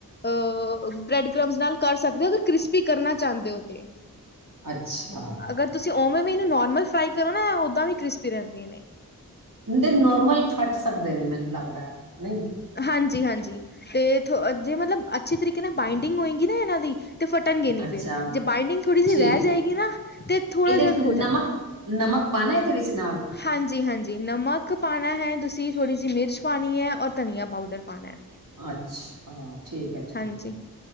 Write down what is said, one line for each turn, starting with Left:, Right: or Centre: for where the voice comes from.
Left: ਅ ਬ੍ਰੈਡ ਕ੍ਰਮਸ ਨਾਲ ਕਰ ਸਕਦੇ ਹੋ ਅਗਰ ਕ੍ਰਿਸਪੀ ਕਰਨਾ ਚਾਹੁੰਦੇ ਹੋ ਤੇ
Right: ਅੱਛਾ
Left: ਅਗਰ ਤੁਸੀਂ ਓਵੇਂ ਵੀ ਇਹਨੂੰ ਨੋਰਮਲ ਫਰਾਈ ਕਰੋ ਨਾ ਓਦਾਂ ਵੀ ਕ੍ਰਿਸਪੀ ਰਹਿੰਦੀਆਂ ਨੇ
Right: ਦੇ ਨੋਰਮਲ ਫੱਟ ਸਕਦੇ ਨੇ ਮੈਨੂੰ ਲੱਗਦਾ ਨਹੀਂ
Left: ਹਾਂਜੀ-ਹਾਂਜੀ ਤੇਥ ਜੇ ਮਤਲਬ ਅੱਛੇ ਤਰੀਕੇ ਨਾਲ ਬਾਈਡਿੰਗ ਹੋਏਗੀ ਨਾ ਇਹਨਾਂ ਦੀ ਤੇ ਫਟਣਗੇ ਨੀ
Right: ਅੱਛਾ
Left: ਫੇਰ ਜੇ ਬਾਈੰਡਿੰਗ ਥੋੜੀ ਜਿਹੀ
Right: ਠੀਕ
Left: ਰਹਿ ਜਾਏਗੀ ਨਾ ਤੇ ਥੋੜਾ
Right: ਇਹਦੇ
Left: ਜਿਹਾ
Right: ਵਿੱਚ
Left: ਹੋ
Right: ਨਮਕ
Left: ਜਾਂਗਾ
Right: ਨਮਕ ਪਾਣੈ ਇਹਦੇ ਵਿੱਚ ਨਾਲ
Left: ਹਾਂਜੀ-ਹਾਂਜੀ ਨਮਕ ਪਾਣਾ ਹੈ ਤੁਸੀਂ ਥੋੜ੍ਹੀ ਜਿਹੀ ਮਿਰਚ ਪਾਣੀ ਹੈ ਔਰ ਧਨੀਆ ਪਾਊਡਰ ਪਾਣਾ ਹੈ
Right: ਅੱਛਾ ਠੀਕ ਹੈ ਠੀਕ
Left: ਹਾਂਜੀ
Right: ਹੈ